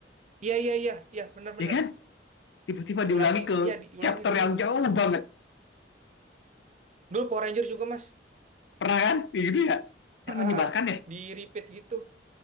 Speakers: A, on the right; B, on the left.
A: <laughs> iya iya iya iya bener bener
B: Ya kan? Tiba-tiba
A: diulangi
B: diulangi ke
A: dia diulangi
B: chapter
A: dulu
B: yang jauh banget.
A: dulu Power Ranger juga mas
B: Pernah kan? Ya gitu ya?
A: ah,
B: Kan menyebalkan
A: ah, ah.
B: ya?
A: di repeat gitu